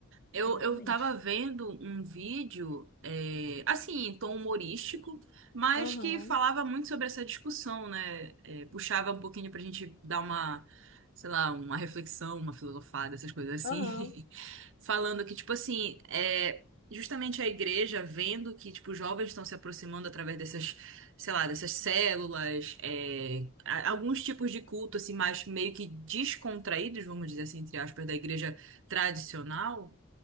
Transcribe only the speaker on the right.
Eu,
eu tava vendo um vídeo, é, assim, em tom humorístico, mas
que falava muito sobre essa discussão, né? É, puxava um pouquinho pra gente dar uma, sei lá, uma reflexão, uma filosofada, essas coisas assim.
<laughs> Falando que, tipo assim, é, justamente a igreja vendo que, tipo, os jovens estão se aproximando através dessas, sei lá, dessas células, é, a- alguns tipos de culto, assim, mais meio que descontraídos, vamos dizer assim, entre aspas, da igreja tradicional